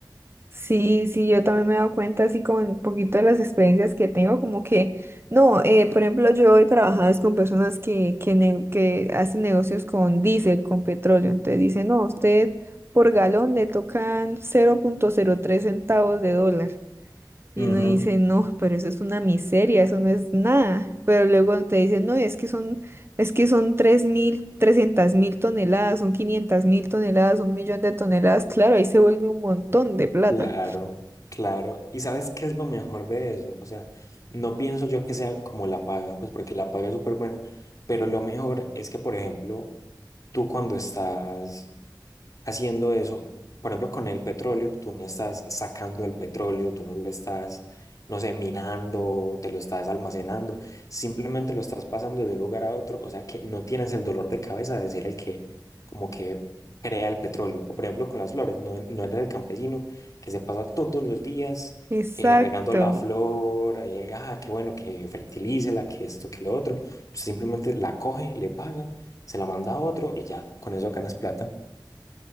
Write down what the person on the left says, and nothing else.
Ujú.
Claro, claro. ¿Y sabes qué es lo mejor de eso? O sea, no pienso yo que sea como la paga, pues porque la paga es súper buena, pero lo mejor es que, por ejemplo, tú cuando estás haciendo eso, por ejemplo, con el petróleo, tú no estás sacando el petróleo, tú no lo estás, no sé, minando, te lo estás almacenando, simplemente lo estás pasando de un lugar a otro, o sea que no tienes el dolor de cabeza de ser el que como que crea el petróleo. O por ejemplo, con las flores, no, no eres el campesino que se pasa todos los días.
eh, regando la flor, eh, ah, qué bueno que fertilice la, que esto, que lo otro, simplemente la coge, le paga, se la manda a otro y ya, con eso ganas plata.